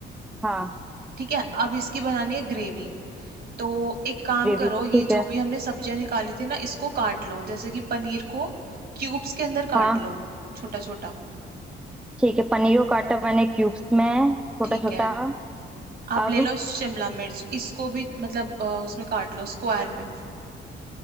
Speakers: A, in the centre; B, on the right.
A: हाँ
B: ठीक है अब इसकी बनानी है ग्रेवी तो एक काम
A: ग्रेवी
B: करो ये
A: ठीक है
B: जो भी हमने सब्जियां निकाली थी ना इसको काट लो जैसे कि पनीर को क्यूब्स के अंदर काट
A: हाँ
B: लो छोटा छोटा
A: ठीक है पनीर को काटा मैंने क्यूब्स में छोटा
B: ठीक
A: छोटा
B: है अब
A: अब
B: ले लो शिमला मिर्च इसको भी मतलब अ, उसमें काट लो स्क्वायर में